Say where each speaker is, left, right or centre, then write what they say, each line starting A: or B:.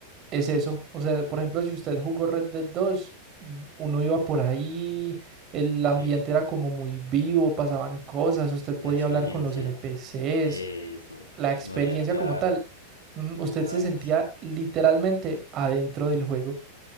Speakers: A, on the right; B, on the left.
A: Es eso. O sea, por ejemplo, si usted jugó Red Dead dos mm, uno iba por ahí, el ambiente
B: de
A: era como muy vivo, pasaban cosas, usted podía
B: la experiencia.
A: hablar con los NPCs,
B: Eso,
A: la experiencia
B: podía entrar,
A: como tal. mm,
B: los
A: Usted
B: lugares,
A: se sentía literalmente adentro del juego.